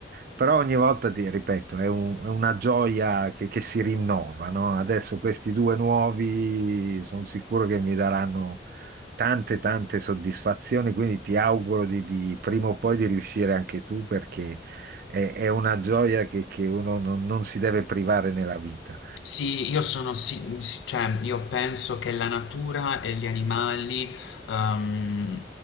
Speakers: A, on the right; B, on the left.
A: Però ogni volta, ti ripeto, è, un- è una gioia che, che si rinnova, no? Adesso questi due nuovi sono sicuro che mi daranno tante, tante soddisfazioni, quindi ti auguro di, di- prima o poi di riuscire anche tu perché è, è una gioia che, che uno non non si deve privare nella vita.
B: Sì, io sono si- si- cioè io penso che la natura e gli animali, ehm,